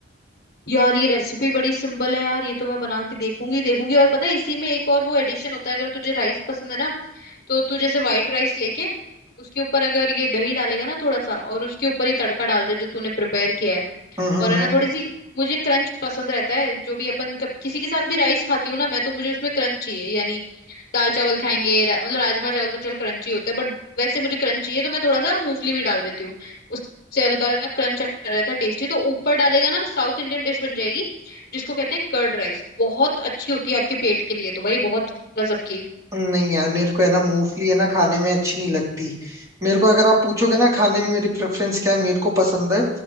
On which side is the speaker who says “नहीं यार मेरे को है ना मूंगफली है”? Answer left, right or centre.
Right